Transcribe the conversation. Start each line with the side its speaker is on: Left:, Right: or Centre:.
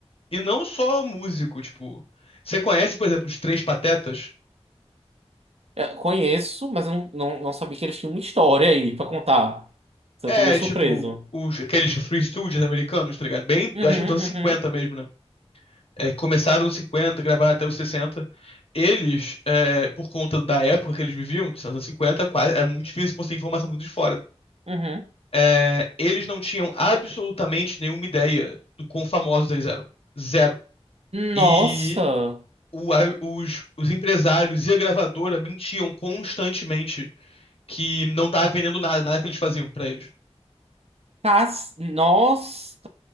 Left: E não só músico, tipo. Você conhece, por exemplo, os Três Patetas?
Right: Eu conheço, mas eu não, não, não sabia que eles tinham uma história aí para contar. Eu
Left: É,
Right: tô meio surpreso.
Left: tipo, os, aqueles Free Studios americanos, tá ligado? Bem,
Right: Uhum,
Left: acho que estão 50
Right: uhum,
Left: mesmo, né? É, que começaram nos 50, gravaram até os 60. Eles, é, por conta da época que eles viviam, dos anos 50, quase, era muito difícil conseguir informação de fora.
Right: uhum.
Left: É, eles não tinham absolutamente nenhuma ideia do quão famosos eles eram. Zero. E
Right: Nossa,
Left: o- a- os, os empresários e a gravadora mentiam constantemente que não tava vendendo nada, nada que eles faziam pra eles.
Right: Cas- nossa,